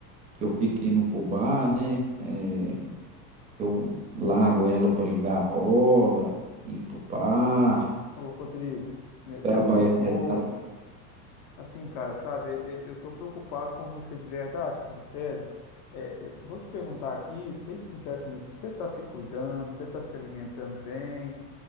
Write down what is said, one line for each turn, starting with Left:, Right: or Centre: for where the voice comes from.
Right: que eu fico indo pro bar, né? é, que eu largo ela pra jogar bola, ir pro bar,
Left: Ô, Rodrigo, né,
Right: trabalho
Left: eu, eu
Right: até
Left: vou.
Right: tarde.
Left: Assim, cara, sabe, é- é- eu tô preocupado com você de verdade, cara, sério. É, é, vou te perguntar aqui, seja sincero comigo, você tá se cuidando, você tá se alimentando bem,